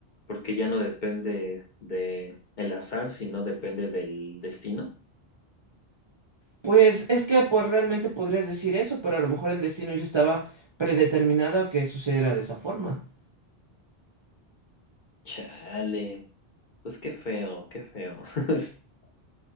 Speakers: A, on the left (about 50°); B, on the right (about 40°).
A: porque ya no depende de el azar, sino depende del destino.
B: Pues es que pues realmente podrías decir eso, pero a lo mejor el destino ya estaba predeterminado a que sucediera de esa forma.
A: Chale, pues qué feo, qué feo. <laughs>